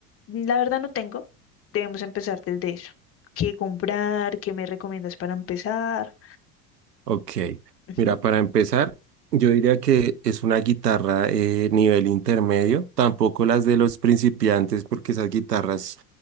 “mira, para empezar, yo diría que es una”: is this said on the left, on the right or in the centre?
Right